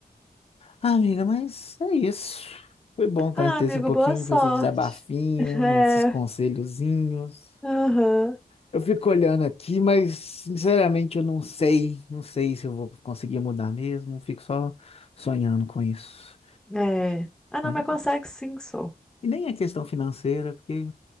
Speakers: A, on the left; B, in the centre.
A: Ah, amiga, mas é isso. Foi bom tá,
B: Ah,
A: ter
B: amigo,
A: esse um pouquinho,
B: boa sorte.
A: foi esse desabafinho,
B: <laughs> É,
A: esses conselhozinhos.
B: aham.
A: Eu fico olhando aqui, mas sinceramente eu não sei, não sei se eu vou conseguir mudar mesmo, fico só sonhando com isso,
B: É. Ah, não,
A: né?
B: mas consegue sim, sou.
A: E nem é questão financeira, porque